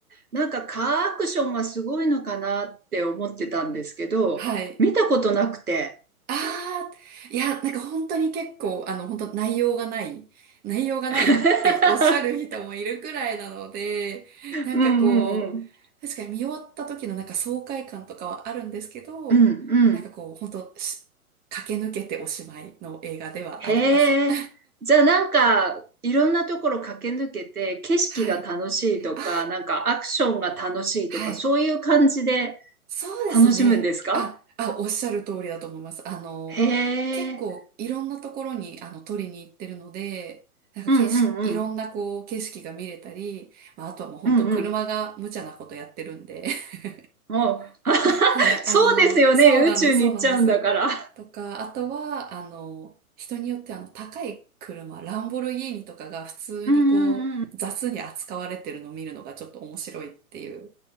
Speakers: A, on the right (about 85°); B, on the right (about 20°).
A: なんかカーアクションがすごいのかなって思ってたんですけど、
B: はい。
A: 見たことなくて。
B: ああ、いや、なんか本当に結構、あの、本当内容がない、内容がないっておっしゃる人もいるくらいなので、
A: <laughs>
B: なんかこう、
A: うんうんうん。
B: 確かに見終わった時のなんか爽快感とかはあるんですけど、
A: うんうん。
B: なんかこう、本当し駆け抜けておしまいの映画ではあります。
A: へえ。
B: <laughs>
A: じゃあなんか、いろんなところ駆け抜けて、景色が楽しいとか、
B: はい。ああ、
A: なんかアクションが楽しいとか、
B: はい。
A: そういう感じで
B: そうですね。
A: 楽しむんですか
B: あ、あ、おっしゃる通りだと思います。あの、
A: へえ。
B: 結構いろんなところにあの撮りに行ってるので、なんか景色、
A: うんうんうん。
B: いろんなこう景色が見れたり、まあ、あとはもう本当車が無茶なことやってるんで、
A: うんうん。
B: <laughs>
A: もう、<laughs> あははそうですよね。
B: はい、あの、そうなんです、
A: 宇宙に行っちゃうんだから。
B: そうなんです。とか、あとは、あの、人によってあの高い車、ランボルギーニとかが普通にこう雑に扱われてるのを見るのがちょっと面白いっていう
A: うんうんうん。